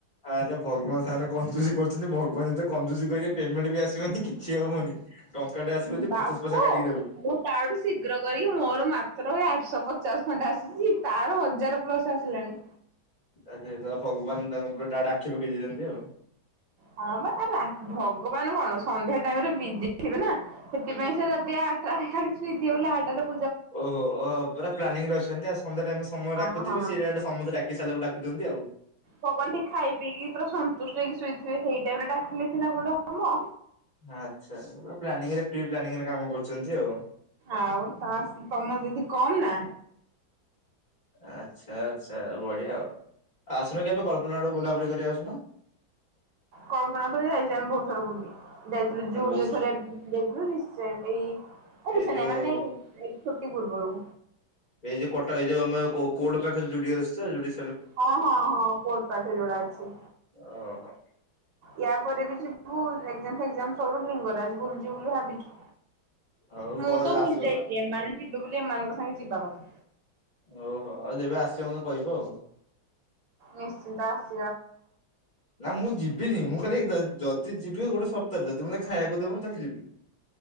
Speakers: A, on the left; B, on the right.
A: ଆରେ ଭଗବାନ ସାଙ୍ଗରେ କଞ୍ଜୁସି କରୁଛନ୍ତି ଭଗବାନ ଯେତେବେଳେ କଞ୍ଜୁସି କରିବେ ପେମେଣ୍ଟ ବି ଆସିବନି କିଛି ହବନି। ଟଙ୍କାଟେ ଆସିବ ଯେ
B: ବାପ
A: ପଚାଶ ପଇସା କାଟିକି ଦେବେ
B: ମୁଁ ତାଠୁ ଶୀଘ୍ର କରି ମୋର ମାତ୍ର ଆଠଶହ ପଚାଶ। ପଚାଶ ଖଣ୍ଡ ଆସିଛି ତାର ହଜାର ପ୍ଲସ ଆସିଲାଣି।
A: ଆରେ ଭଗବାନ ତାଙ୍କ ଉପରେ ତାଆଡେ ଆଖି ପକେଇ ଦେଇଛନ୍ତି ଆଉ
B: ହଁ ବା ତାର ଭଗବାନ କଣ ସନ୍ଧ୍ୟା ଟାଇମ ରେ ବିଜି ଥିବେ ନା? ସେଥିପାଇଁ ସେ ରାତି ଆଠଟା ରେ <unintelligible>
A: ଓହୋ ଓହୋ ପୁରା ପ୍ଲାନିଂରେ ଅଛନ୍ତି ଆ ସନ୍ଧ୍ୟା ଟା ଆମେ ସମୟ
B: ହଁ
A: ଡକୁଥିବି
B: ହଁ।
A: ସେଇଟା ଗେ ସମସ୍ତେ ଡାକି ସାରିଲା ପରେ ଡାକୁୁଛନ୍ତି। ଆଉ
B: ଭଗବାନ ଟିକେ ଖାଇ ପିଇକି ପୁରା ସନ୍ତୁଷ୍ଟ ହେଇକି ଶୋଇଥିବେ ସେଇ ଟାଇମ ରେ ଡାକିଲେ ସିନା କଣ ହବ।
A: ଆଚ୍ଛା ପୁରା ପ୍ଲାନିଂରେ ପ୍ରି ପ୍ଲାନିଂରେ କାମ କରୁଛନ୍ତି। ଆଉ
B: ଆଉ ତାସ ତମର ଯଦି କମ୍ ନା
A: ଆଚ୍ଛା ଆଚ୍ଛା ବଢିଆ ଆଉ ଆସୁନ କେ ଏବେ କଳ୍ପନାକୁ ବୁଲାବୁଲି କରିବା। କଣ?
B: କଳ୍ପନାକୁ ଯାଇଛୁ ଆମେ ଭହୁ ଥର ବୁଲି। ଯାଇଥିଲୁ
A: ଆଉ
B: ଯୋଡିଏ
A: ବହୁତ
B: ଥର ଯାଇଥିଲୁ ସେମ୍ <unintelligible>
A: ଏଇ ଯୋଉ
B: ମାନେ ଛୁଟି ପୂର୍ବରୁ
A: ଏଇ ଯୋଉ କଟା ଏ ଯୋଉ ଆମ କୋଟ ପାଖରେ ଯୋଉ ଜିଡି ଏସ୍‌ ଜିଡ଼ି
B: ହଁ ହଁ ହଁ କୋଟ ପାଖରେ ଯୋଉଟା ଅଛି।
A: ଓହୋ।
B: ୟା ପରେ ଵି ଏକ୍ସଜମ୍ ଫେକ୍ଜାମ ସରୁ ଲିଙ୍ଗରାଜ ବୁଲି ଜିବୁ ବୋଲି ଭାବିଛୁ।
A: ହଉ
B: ମୁଁ
A: କ
B: ତ ଭୁଲି
A: ଆସିବ
B: ଯାଇଛି ଏମାନେ ଯିବେ ବୋଲି ଏମାନଙ୍କ ସାଙ୍ଗେ ଯିବା କଥା
A: ଓହୋ ଆଉ ଯେବେ ଆସିବା ମୋତେ କହିବ ଆଉ
B: ନିଶ୍ଚିନ୍ତ ଆସି
A: ନା ମୁଁ ଯିବିନି ମୁଁ ଖାଲି ଯଦି ଯିବି ଗୋଟେ ସର୍ତ୍ତରେ ଯଦି ମତେ ଖାଇବାକୁ ଦବୁ ତାହେଲେ ଯିବି।